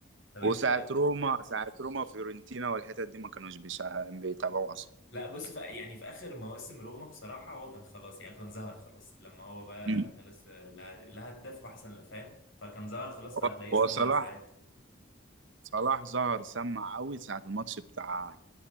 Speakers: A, on the left (about 80°); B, on the right (about 70°).
A: طب انت
B: وساعة روما ساعة روما فيورنتينا والحتت دي ما كانوش بيشا- بيتابعوا أصلا
A: لا بص في يعني في اخر مواسم روما بصراحه هو كان خلاص يعني كان ظهر خلاص لما هو بقى
B: مم.
A: خلاص لا لا هدف واحسن لا فاهم فكان ظهر خلاص
B: هو
A: فهتلاقيه سمع
B: هو صلاح
A: ساعات
B: صلاح ظهر سمع قوي ساعة الماتش بتاع